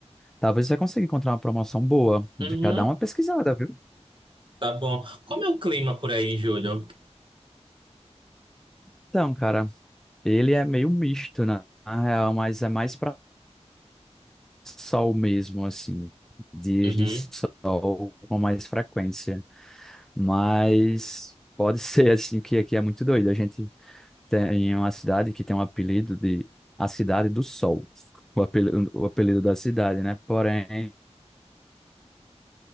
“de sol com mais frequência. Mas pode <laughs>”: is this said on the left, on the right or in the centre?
Centre